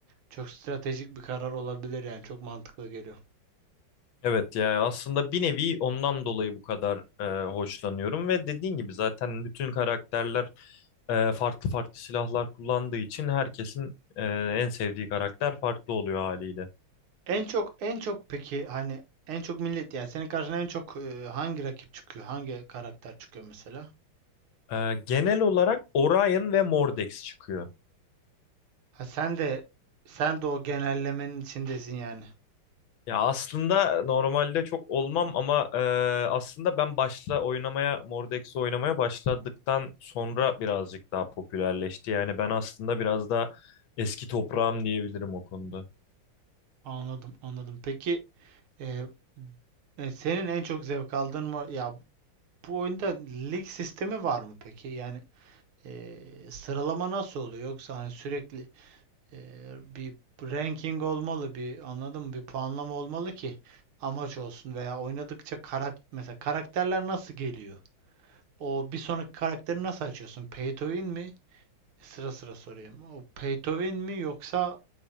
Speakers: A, on the right; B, on the left.
A: çok stratejik bir karar olabilir yani çok mantıklı geliyor.
B: Evet ya aslında bir nevi ondan dolayı bu kadar e, hoşlanıyorum ve dediğin gibi zaten bütün karakterler e, farklı farklı silahlar kullandığı için herkesin e, en sevdiği karakter farklı oluyor haliyle.
A: En çok en çok peki hani en çok millet yani senin karşına en çok e, hangi rakip çıkıyor? Hangi karakter çıkıyor mesela?
B: E, genel olarak Orion ve Mordex çıkıyor.
A: Ha sen de sen de o genellemenin içindesin yani.
B: Ya aslında normalde çok olmam ama e, aslında ben başla oynamaya Mordex'i oynamaya başladıktan sonra birazcık daha popülerleşti. Yani ben aslında biraz daha eski toprağım diyebilirim o konuda.
A: Anladım, anladım. Peki e, e, senin en çok zevk aldığın var ya Bu oyunda lig sistemi var mı peki? Yani e, sıralama nasıl oluyor? Yoksa hani sürekli e, bir ranking olmalı, bir anladın mı? Bir puanlama olmalı ki amaç olsun veya oynadıkça karak mesela karakterler nasıl geliyor? O bir sonraki karakteri nasıl açıyorsun? Pay to win mi? Sıra sıra sorayım. O pay to win mi yoksa